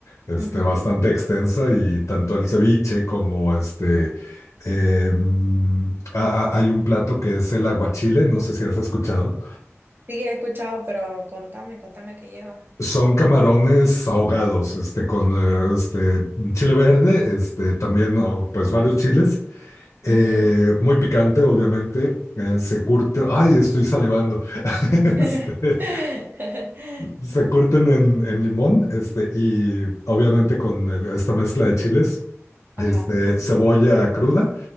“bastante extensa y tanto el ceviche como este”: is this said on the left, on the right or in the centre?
Left